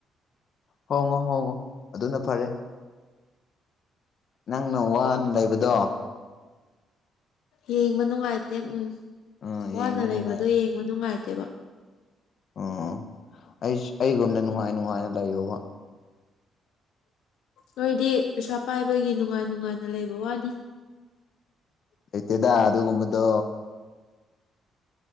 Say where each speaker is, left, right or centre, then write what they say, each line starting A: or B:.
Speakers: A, on the left (about 60°); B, on the left (about 85°).
A: ꯍꯣꯡꯉꯨ ꯍꯣꯡꯉꯨ ꯑꯗꯨꯅ ꯐꯔꯦ ꯅꯪꯅ ꯋꯥꯅ ꯂꯩꯕꯗꯣ
B: ꯌꯦꯡꯕ ꯅꯨꯡꯉꯥꯏꯇꯦ ꯎꯝ
A: ꯎꯝ
B: ꯋꯥꯅ
A: ꯌꯦꯡꯕ
B: ꯂꯩꯕꯗꯣ
A: ꯅꯨꯡꯉꯥꯏ
B: ꯌꯦꯡꯕ ꯅꯨꯡꯉꯥꯏꯇꯦꯕ
A: ꯑꯣ ꯑꯩ ꯑꯩꯒꯨꯝꯗ ꯅꯨꯡꯉꯥꯏ ꯅꯨꯡꯉꯥꯏꯅ ꯂꯩꯌꯣꯕ
B: ꯅꯣꯏꯗꯤ ꯄꯩꯁꯥ ꯄꯥꯏꯕꯒꯤ ꯅꯨꯡꯉꯥꯏꯅꯤ ꯅꯨꯡꯉꯥꯏꯅ ꯂꯩꯕ ꯋꯥꯅꯤ
A: ꯂꯩꯇꯦꯗ ꯑꯗꯨꯒꯨꯝꯕꯗꯣ